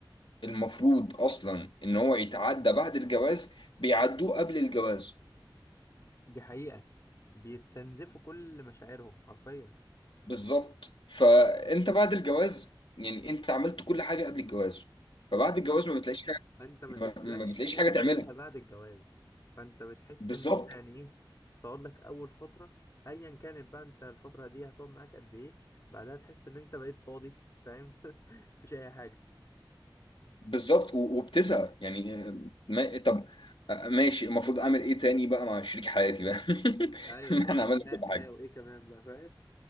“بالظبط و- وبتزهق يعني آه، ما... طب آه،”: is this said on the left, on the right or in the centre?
Left